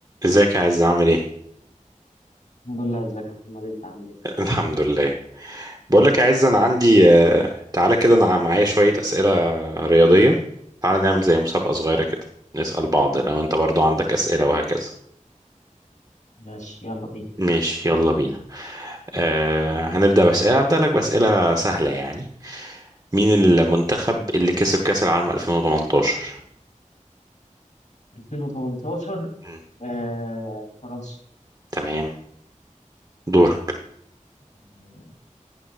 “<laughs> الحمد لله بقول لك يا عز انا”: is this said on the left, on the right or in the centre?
Right